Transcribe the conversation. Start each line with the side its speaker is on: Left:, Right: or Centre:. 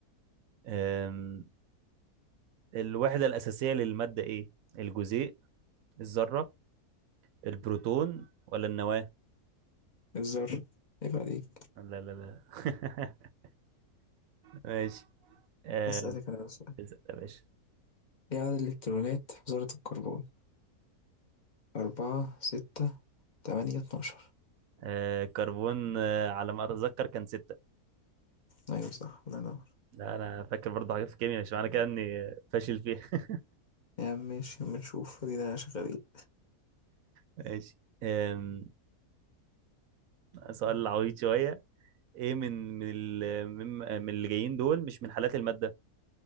Right: أم، الوحدة الأساسية للمادة إيه؟ الجزيء، الذرة، البروتون ولا النواة؟
Left: الذر عيب عليك
Right: لا لا لا <laughs> ماشي أم،
Left: هسألك انا بقى سؤال
Right: ستة يا باشا
Left: ايه عدد الالكترونات في ذرة الكربون أربعة ستة تمانية اتناشر
Right: أه، كربون أه، على ما أتذكر كان ستة
Left: أيوة صح الله ينور
Right: لا أنا فاكر برضه حاجات في الكيمياء مش معنى كده إني فاشل فيها
Left: يا عم ماشي بنشوف ادينا شغالين
Right: ماشي أم، سؤال عويض شوية ايه من من ال- من من اللي جايين دول مش من حالات المادة